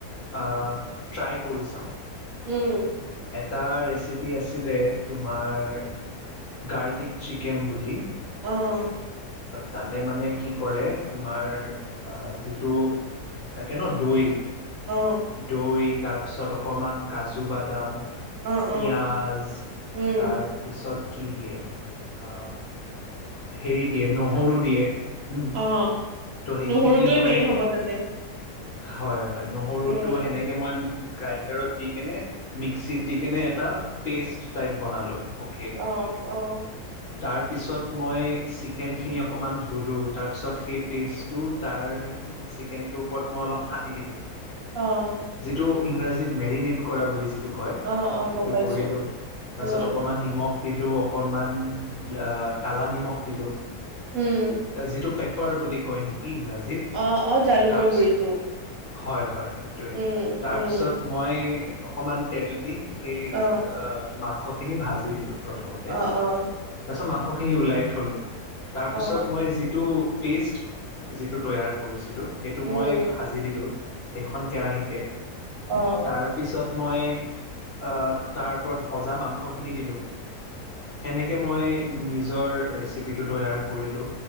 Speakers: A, on the left; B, on the right.
A: আ, ট্ৰাই কৰি চাওঁ।
B: উম।
A: এটা ৰেচেপি আছিলে তোমাৰ গাৰ্লিক চিকেন বুলি।
B: অ'।
A: তাতে মানে কি কৰে আ, তোমাৰ যিটো থাকে ন' দৈ,
B: অ
A: দৈ তাৰপিছত অকমান কাজু বাদাম।
B: অ
A: পিঁয়াজ,
B: অ উম
A: তাৰ পিছত কি দিয়ে আ, হেৰি দিয়ে নহৰু দিয়ে। হম,
B: অ
A: ত' সেইখিনি
B: নহৰুটোৱে
A: মই
B: মেইন হ'ব তাতে
A: হয়, হ‌য়, নহৰুটো
B: উম
A: সেনেকে মই গ্ৰাইণ্ডাৰত দি কেনে, মিক্সিত দি কেনে, এটা পেষ্ট টাইপ বনালোঁ অ'
B: অ', অ'।
A: তাৰপিছত মই চিক খিনি অকণমান ধুলোঁ, তাৰপিছত সেই পেষ্টটো তাৰ চিকেনটোৰ ওপৰত মই অলপ সানি দিলোঁ।
B: অ'।
A: যিটো, ইংৰাজীত মেৰিনেট কৰা বুলি যিটো কয়।
B: অ অ
A: সেইটো
B: গম পাইছো
A: কৰিলোঁ, তাৰপিছত
B: উম
A: অকমান নিমখ দিলোঁ অকনমান, আ, কালা নিমখ দিলোঁ।
B: উম।
A: যিটো পেপাৰ বুলি কয় নিকি ইংৰাজীত?
B: অ', অ', জালুকৰ
A: তাৰপিছত
B: গুৰিটো।
A: হয়, হয়, সেইটোৱে,
B: উম
A: তাৰপিছত
B: উম
A: মই অকমান তেল দি সেই
B: অ
A: এ, মাংসখিনি ভাজি দিলোঁ, প্ৰথমতে।
B: অ
A: তাৰপিছত
B: অ
A: মাংসখিনি ওলাই থ'লো। তাৰপিছত
B: অ
A: মই যিটো পেষ্ট, যিটো তৈয়াৰ কৰিছিলোঁ। সেইটো
B: উম
A: মই ভাজি দিলোঁ, এখন কেৰাহীতে।
B: উম
A: তাৰ পিছত মই এ, তাৰ ওপৰত ভজা মাংস খিনি দিলোঁ। সেনেকে মই নিজৰ ৰেচিপিটো তৈয়াৰ কৰিলোঁ,